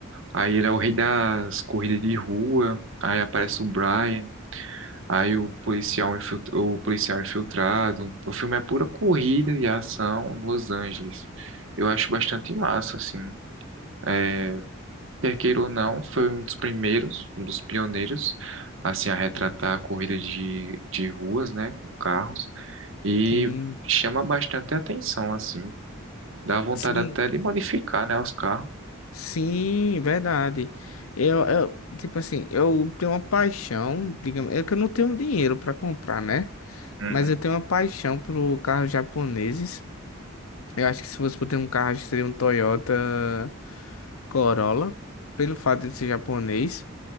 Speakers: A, on the right; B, on the left.
A: Aí ele é o rei das corridas de rua. Aí aparece o Brian. Aí o policial, infilt- o policial infiltrado. O filme é pura corrida e ação em Los Angeles. Eu acho bastante massa, assim. É, Quer queira ou não, foi um dos primeiros, um dos pioneiros, assim, a retratar a corrida de, de ruas, né, com carros, e
B: Sim,
A: chama bastante atenção, assim, dá vontade
B: sim,
A: até de modificar, né, os carros.
B: sim, verdade. Eu, eu, tipo assim, eu tenho uma paixão, digamos, é que eu não tenho dinheiro para comprar, né?
A: Uhum.
B: Mas eu tenho uma paixão por carros japoneses. Eu acho que se fosse por ter um carro, seria um Toyota Corolla, pelo fato de ser japonês.